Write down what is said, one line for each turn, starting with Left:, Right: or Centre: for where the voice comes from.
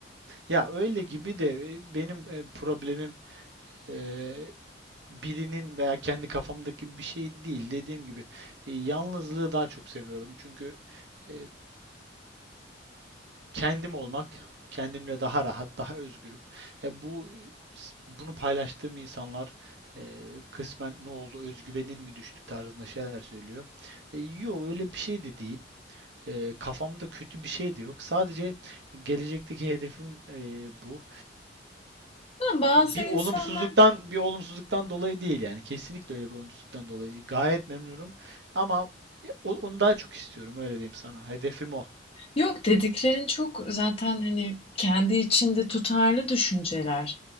Right: Ya öyle gibi de e, benim e, problemim e, birinin veya kendi kafamdaki bir şey değil. Dediğim gibi e, yalnızlığı daha çok seviyorum. Çünkü e, Kendim olmak, kendimle daha rahat, daha özgürüm. E bu bunu paylaştığım insanlar e, kısmen ne oldu, özgüvenin mi düştü tarzında şeyler söylüyor. E, yo öyle bir şey de değil. E, kafamda kötü bir şey de yok. Sadece gelecekteki hedefim e, bu.
Left: Ama bazı
Right: Bir
Left: insanlar
Right: olumsuzluktan bir olumsuzluktan dolayı değil yani. Kesinlikle öyle bir olumsuzluktan dolayı değil. Gayet memnunum ama e, o- onu daha çok istiyorum öyle diyeyim sana. Hedefim o.
Left: Yok dediklerin çok zaten hani kendi içinde tutarlı düşünceler.